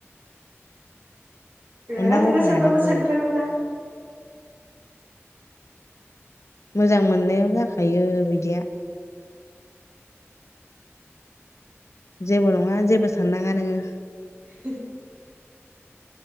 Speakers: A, on the left (about 75°); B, on the right (about 40°).
A: अननांगौब्रा
B: रागा जोंङा सानबाबो
A: आदाखौ
B: सानफ्राङोबा
A: मोजां मोननायाव जाखायो बिदिया जेबो नङा जेबो साननाङा नोङो
B: <unintelligible>